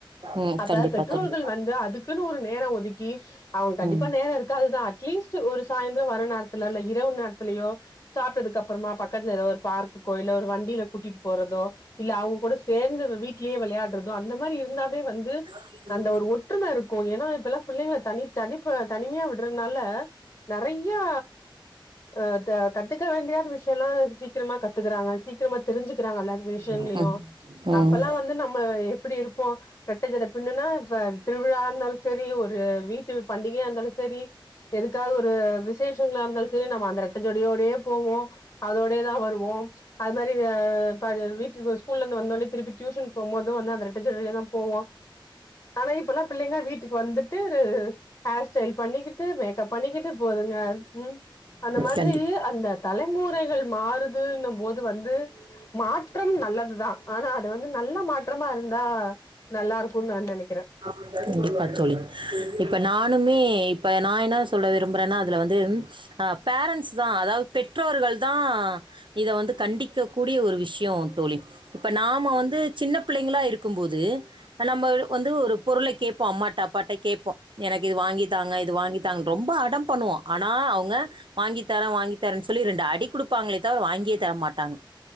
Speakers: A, on the right (about 65°); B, on the left (about 30°).
A: ம்
B: அப்ப
A: கண்டிப்பாக
B: பெற்றோர்கள்
A: தோழி
B: வந்து அதுக்குன்னு ஒரு நேரோ ஒதுக்கி அவுங்க கண்டிப்பா
A: ம்
B: நேரோ இருக் காதுதா அட்லீஸ்ட் ஒரு சாயந்திர வர நேரத்துல இல்ல இரவு நேரத்துலயோ சாப்ட்டதுக்கு அப்பறமா பக்கத்துல ஏதோ ஒரு பார்க்கு கோயிலோ ஒரு வண்டியில கூட்டிட்டு போறதோ இல்ல அவுங்க கூட சேர்ந்து வீட்லே விளையாடுறதோ அந்த மாதிரி இருந்தாவே வந்து
A: ம்
B: அந்த ஒரு ஒற்றும இருக்கு ஏன்னா இப்பெல்லா பிள்ளைங்க தனி தனிப்ப தனிமையா விடுறனால நறையா அ த கத்துக்க வேண்டியாத விஷய எல்லா சீக்கிரமா கத்துக்கறாங்க சீக்கிரமா தெரிஞ்சுக்குறாங்க அல்லா வி ஷயங்களையு
A: ம் ம்
B: அப்பல்லா
A: ம்
B: வந்து நம்ம எப்டி இருப்போ ரெட்ட ஜட பின்னுனா இப்ப திருவிழா இருந்தாலு செரி ஒரு வீட்டு பண்டிகையா இருந்தாலு செரி எதுக்காவது ஒரு விசேஷங்ளா இருந்தாலு செரி நம்ம அந்த ரெட்ட ஜடையோடியே போவோ அதோடே தா வருவோ அது மாரி அ இப்ப வீட்டுக்கு ஸ்கூல்ல இருந்து வந்தோனே திருப்பி டியூஷன் போ போதும் வந்து அந்த ரெட்ட ஜடையோடையே தா போவோ ஆனா இப்பல்லா பிள்ளைங்க வீட்டுக்கு வந்துட்டு ஹேர் ஸ்டைல் பண்ணிக்கிட்டு மேக்கப் பண்ணிக்கிட்டு போதுங்க ம் அந்த மாதிரி
A: கண்டிப்பாக
B: அந்த தலைமுறைகள் மாறுதுன்னும் போது வந்து மாற்றம் நல்லதுதா ஆனா அது வந்து நல்ல மாற்றமா இருந்தா நல்லா இருக்கு நா நெனைக்கிற
A: ஆமாங்க கண்டிப்பா தோழி இப்ப நானுமே இப்ப நா என்ன சொல்ல விரும்புறன்னா அதுல வந்து ஆ பேரண்ட்ஸ் தா அதாவது பெற்றோர்கள் தா இத வந்து கண்டிக்க கூடிய ஒரு விஷியோ தோழி இப்ப நாம வந்து சின்ன பிள்ளைங்களா இரு க்கும்போது நம்ம வந்து ஒரு பொருள கேட்போ அம்மாட்ட அப்பாட்ட கேட்போ எனக்கு இது வாங்கித்தாங்க இது வாங்கித்தாங்கு ரொம்ப அடம் பண்ணுவோ ஆனா அவுங்க வாங்கி தர வாங்கி தரன்னு சொல்லி ரெண்டு அடி குடுப்பாங்ளே தவிர வாங்கியே தர மாட்டாங்க